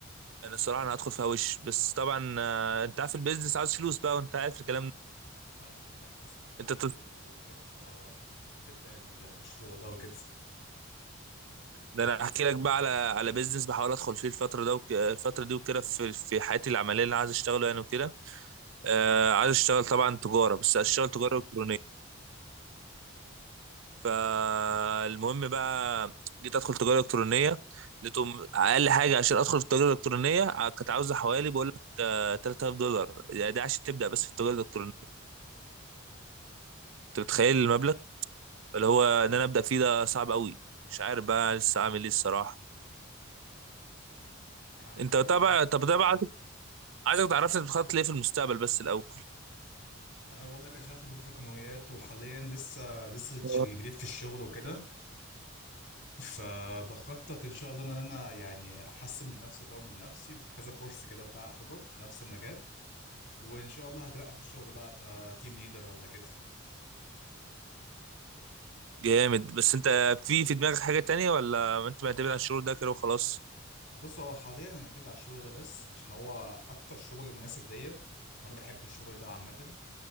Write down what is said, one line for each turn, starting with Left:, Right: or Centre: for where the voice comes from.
Right: انا الصراحه انا هدخل فيها وش بس طبعا آه، انت عارف البيزنس عاوز فلوس بقى وانت عارف الكلام ده
Left: اه انت محتاج راس مال كبير
Right: انت تط...
Left: وخطة عشان تبدأ المشروع ده وكده
Right: ده انا احكي لك بقى على على بيزنس بحاول ادخل فيه الفتره ده وك... الفتره دي وكده في في حياتي العمليه اللي انا عايز اشتغله يعني وكده آه عايز اشتغل طبعا تجاره بس اشتغل تجاره الكترونيه فالمهم بقى جيت ادخل تجاره الكترونيه لقيتهم اقل حاجه عشان ادخل في التجاره الالكترونيه ع- كانت عاوزه حوالي بقول لك آه، 3000 دولار يعني ده عشان تبدا بس في التجاره الالكترونيه انت متخيل المبلغ اللي هو ان انا ابدا فيه ده صعب قوي مش عارف بقى لسه اعمل ايه الصراحه
Left: مع انت
Right: انت
Left: برضو
Right: طبعا طب ده بقى عايزك عايزك تعرفني انت بتخطط ليه في المستقبل بس الاول
Left: ما انا بقول لك انا شغال في بيت رقميات وحاليا لسه لسه
Right: آه.
Left: جديد في الشغل وكده فبخطط ان شاء الله ان انا يعني احسن من نفسي واطور من نفسي بكذا كورس كده بتاع اخدهم في نفس المجال وان شاء الله هترقى في الشغل بقى ابقى تيم ليدر ولا كده
Right: جامد بس انت في في دماغك حاجه تانية ولا انت معتمد على الشغل ده كده وخلاص
Left: بص هو حاليا انا معتمد على الشغل ده بس عشان هو اكتر شغل مناسب ليا وانا بحب الشغل ده عامه